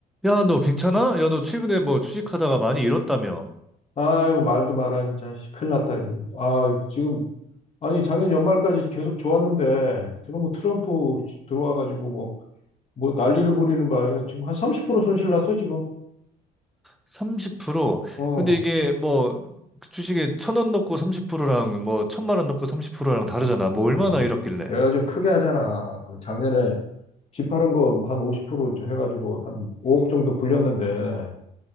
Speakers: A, in the centre; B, on the left.
A: 야, 너 괜찮아? 야, 너 최근에 뭐 주식하다가 많이 잃었다며?
B: 아유, 말도 마라, 진짜. 씨, 큰일 났다. 이거. 아, 지금, 아니, 작년 연말까지 계속 좋았는데, 그놈의 트럼프 들어와가지고, 뭐, 뭐, 난리를 부리는 바람에 지금 한 30% 손실 났어, 지금.
A: 30%?
B: 어.
A: 근데 이게 뭐 그 주식에 천원 넣고 30%랑 뭐 천만 원 넣고 30%랑 다르잖아. 뭐 얼마나
B: 아,
A: 잃었길래?
B: 내가 좀 크게 하잖아. 그 작년에 집파른 거 한 50%좀 해가지고 한 5억 정도 굴렸는데,